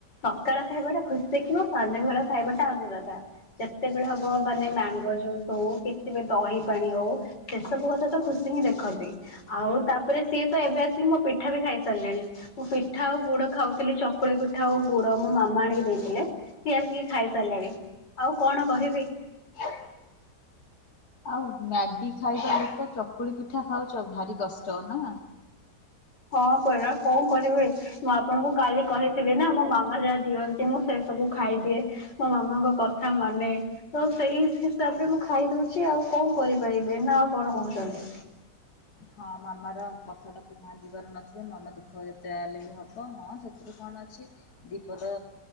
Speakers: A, on the left; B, on the left.
A: ସକାଳ ଖାଇବାଟା ଖୁସି ଦେଖିଲେ ସନ୍ଧ୍ୟାବେଳ ଖାଇବାଟା ଅନୁରାଧା। ଯେତେବେଳେ ହବ ମାନେ ମ୍ୟାଙ୍ଗୋଜୁସ୍ ହଉ କିଛିବି ଦହିପାଣି ହଉ ସେ ସବୁ କଥା ତ ଖୁସି ହିଁ ଦେଖନ୍ତି। ଆଉ ତାପରେ ସେ ତ ଏବେ ଆସିକି ମୋ ପିଠା ବି ଖାଇସାରିଲାଣି। ମୁଁ ପିଠା ଆଉ ଗୁଡ ଖାଉଥିଲି ଚକୁଳିପିଠା ଆଉ ଗୁଡ। ମୋ ମାମା ଆଣିକି ଦେଇଥିଲେ। ସିଏ ଆଣିକି ଟିକେ ଖାଇ ସାରିଲାଣି। ଆଉ କଣ କହିବି?
B: <inaudible> ଆଉ ମ୍ୟାଗି ଖାଇବା ଲୋକ ଚକୁଳିପିଠା ଖାଉଚ। ଭାରି କଷ୍ଟ ନା?
A: ହଁ ପରା କଣ କରିବେ? ମୁଁ ଆପଣଙ୍କୁ କାଲି କହିଥିଲି ନା ମୋ ମାମା ଯାହା ଦିଅନ୍ତି ମୁଁ ସେ ସବୁ ଖାଇଦିଏ। ମୋ ମାମାଙ୍କ କଥା ମାନେ। ତ ସେଇ ହିସାବରେ ମୁଁ ଖାଇଦଉଛି ଆଉ କଣ କରିପାରିବି? ନା ଆଉ କଣ କହୁଛନ୍ତି?
B: ହଁ ମାମାର କଥାଟାକୁ ଭାଙ୍ଗିିବାର ନଥିଲା। ମନ ଦୁଃଖ ଯେତେ ଯା ହେଲେ ବି ହବ। ହଁ ସେ ରୁ କଣ ଅଛି? ଦି ପଦ